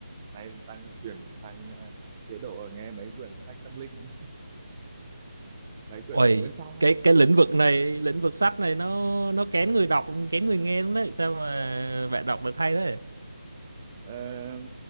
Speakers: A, on the right (about 25°); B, on the right (about 85°).
A: nay đang chuyển sang ờ, chế độ nghe mấy quyển sách tâm linh <laughs> mấy quyển
B: Ôi,
A: của Nguyên Phong ấy
B: cái cái lĩnh vực này, lĩnh vực sách này nó nó kén người đọc, kén người nghe lắm đấy. Sao mà bạn đọc được hay thế?
A: Ờ,